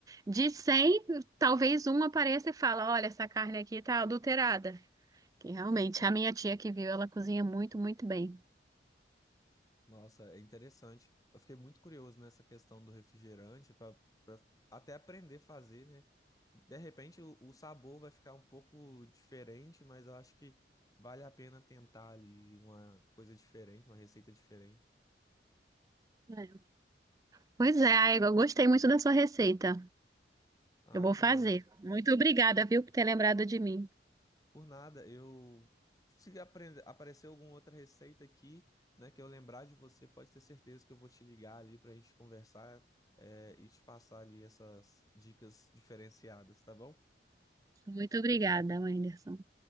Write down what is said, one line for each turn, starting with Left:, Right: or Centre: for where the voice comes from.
Right: De 100, talvez um apareça e fala: Olha, essa carne aqui tá adulterada. Que realmente, a minha tia que viu, ela cozinha muito, muito bem.
Left: Nossa, é interessante. Eu fiquei muito curioso nessa questão do refrigerante para até aprender a fazer, né? De repente o, o sabor vai ficar um pouco diferente, mas eu acho que vale a pena tentar ali uma coisa diferente, uma receita diferente.
Right: É. Pois é, ai, eu gostei muito da sua receita.
Left: Ah,
Right: Eu vou
Left: que
Right: fazer.
Left: bom.
Right: Muito obrigada, viu, por ter lembrado de mim.
Left: Por nada, eu se aprender, aparecer alguma outra receita aqui, né, que eu lembrar de você, pode ter certeza que eu vou te ligar ali para a gente conversar, eh, e te passar ali essas dicas diferenciadas, tá bom?
Right: Muito obrigada, Anderson.